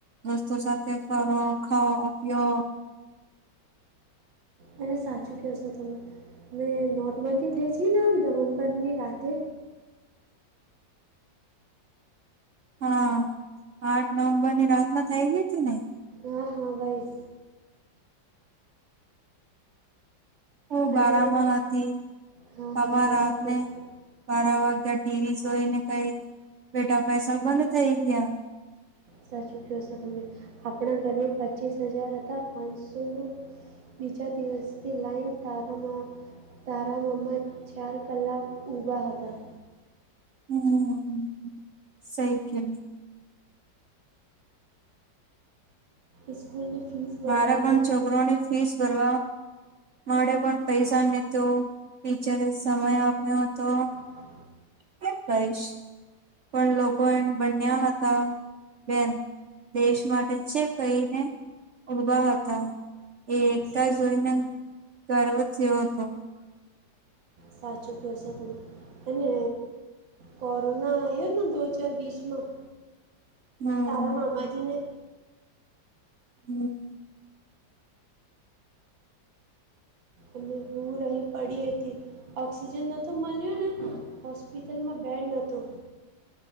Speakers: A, on the right; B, on the right.
A: દોસ્તો સાથે ફરો ખાઓ પિયો
B: અને સાચું ક્યો છો તમે મેં નોટબંધી થઈ છી ને નવમ્બરની રાતે
A: હા આઠ નવમ્બર ની રાત ના થઈ ગઈ તી ને
B: હા હા ભાઈ
A: હુ
B: અને
A: બરામા હતી
B: હા હા
A: અમા
B: સાચું
A: રાતને
B: કહો છો
A: બારા વાગ્યા ટીવી જોઈ ને કઈ બેટા પૈસા બંધ થઇ ગયા.
B: સાચું ક્યો છો તમે આપણા ઘરમાં પચીસ હજાર હતા પાંચસોનો બીજા દિવસથી લાઈન તારામાં તારા મમ્મા ચાર કલાક ઊભા હતા.
A: હમ્મ સઈ કે
B: સ્કૂલની ફીસ ભરવામાં
A: મારા પણ છોકરોની ફીસ ભરવા માડે પણ પૈસા ને તો ટીચરે સમય આપ્યો હતો.
B: ઓફ
A: કેમ કરીશ પણ લોકો એ બન્યા હતા. બેન દેશ માટે છે કઈને ઉભા હતા એ એકતા
B: સા
A: જોઈને ગર્વ થ્યો હતો. <inaudible>
B: સાચું ક્યો છો તમે અને કોરોના આયો ને દો હજાર બિસ માં
A: હમ
B: તારા મામાજી ને
A: હમ્મ.
B: અને હું રહી પડી હતી. ઓક્સિજન નતો મળ્યો ને હોસ્પિટલમાં બેડ નતો